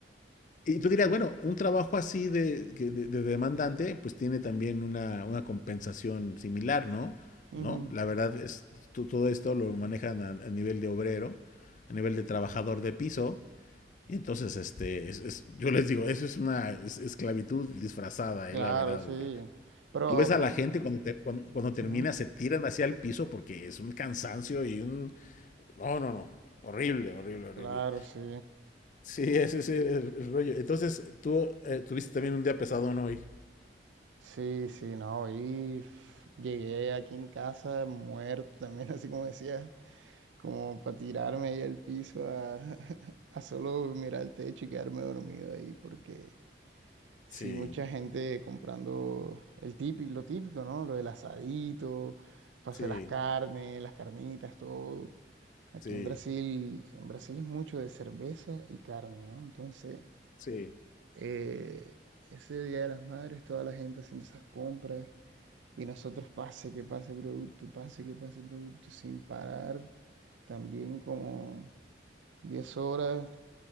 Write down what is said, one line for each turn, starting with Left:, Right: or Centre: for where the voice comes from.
Left: y tú dirías, bueno, un trabajo así de, que de- de demandante, pues tiene también una, una compensación similar, ¿no?
Right: Ujú,
Left: ¿No? La verdad es, to- todo esto lo manejan a, a nivel de obrero, a nivel de trabajador de piso, Y entonces, este, es, es- yo les digo, eso es una es- esclavitud disfrazada,
Right: Claro,
Left: eh, la verdad,
Right: sí.
Left: porque
Right: Pero,
Left: tú ves a
Right: por-
Left: la gente cuando, te- cuan- cuando termina,
Right: ujú,
Left: se tiran hacia el piso porque es un cansancio y un... No, no, no, horrible, horrible, horrible.
Right: claro, sí.
Left: Sí, ese es el, el- el rollo. Entonces, tú eh, tuviste también un día pesado ¿no? hoy.
Right: Sí, sí, no, y f- llegué aquí en casa muerto también, <laughs> así como decías. como para tirarme ahí al piso a, <laughs> a solo mirar el techo y quedarme dormido ahí, porque sí,
Left: Sí,
Right: mucha gente comprando el típico, lo típico, ¿no? Lo del asadito, pase
Left: sí,
Right: las carnes, las carnitas, todo. Aquí
Left: sí,
Right: en Brasil, en Brasil es mucho de cerveza y carne, ¿no? Entonces,
Left: sí.
Right: eh, ese Día de las Madres, toda la gente haciendo esas compras. Y nosotros pase que pase producto, pase que pase producto, sin parar. También como 10 horas,